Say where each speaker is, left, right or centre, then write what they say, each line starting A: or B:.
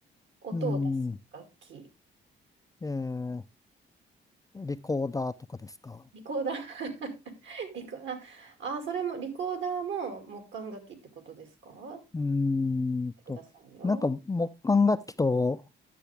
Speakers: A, on the right; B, on the left.
A: 音を出す楽器。
B: うん、ええ、リコーダーとかですか。
A: リコーダー <laughs> リコ、あ、あ、それも、リコーダーも木管楽器ってことですか
B: うーんと、
A: 見てくださいよ。
B: なんか木管楽器と、